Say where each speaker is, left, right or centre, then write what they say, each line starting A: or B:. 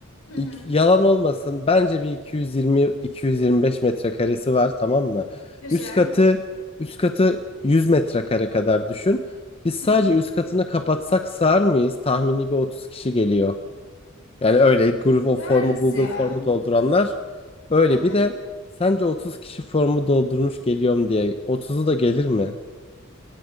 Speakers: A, on the left; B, on the left.
A: hı hı
B: İk- yalan olmasın bence bir 220-225 metrekaresi var tamam mı?
A: güzel
B: Üst katı üst katı 100 metrekare kadar düşün. Biz sadece
A: hı hı
B: üst katını kapatsak sığar mıyız? Tahmini bir 30 kişi geliyor. Yani öyle Google o
A: görürüz
B: formu Google
A: ya.
B: formu dolduranlar öyle
A: Hı hı.
B: bir de sence 30 kişi formu doldurmuş geliyorum diye 30'u da gelir mi?